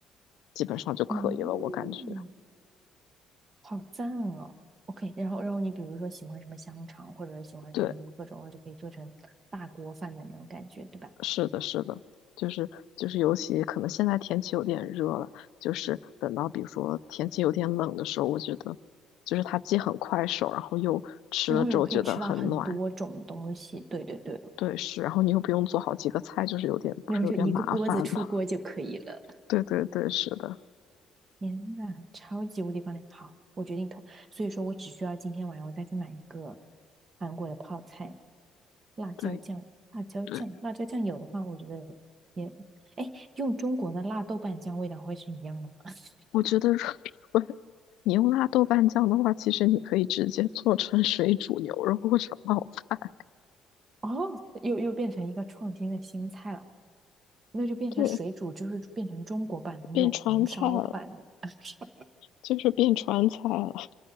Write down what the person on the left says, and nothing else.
基本上就可以了，
我感觉。
对。
是的，是的，就是就是，尤其可能现在天气有点热了，就是等到比如说天气有点冷的时候，我觉得就是它既很快手，然后又吃了之后觉得很暖，
对，是，然后你又不用做好几个菜，就是有点不是有点麻烦吗？
<laughs> 对对对，是的，
对
对，
我觉得如果你用辣豆瓣酱的话，其实你可以直接做成水煮牛肉或者冒菜，
对，
变川菜了，
就是变川菜了。